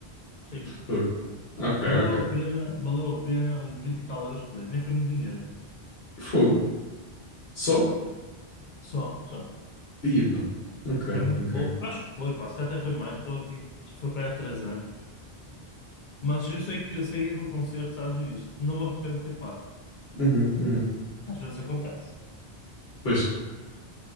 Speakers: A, on the left; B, on the left.
A: gostei muito.
B: Fogo. Ok, ok.
A: Valeu a pena, valeu a pena os 20 e tal euros que dei. Nem foi muito dinheiro até.
B: Fogo. Só?
A: Só, só.
B: Ia, pá. Ok,
A: Foi muito
B: ok.
A: bom. Acho que foi, pá, se calhar até foi mais, estou aqui, já foi para aí há 3 anos. Mas eu sei que eu saí do concerto, sabes disto. Não me arrependo de ter pago.
B: Uhum, uhum,
A: Às vezes acontece.
B: Pois,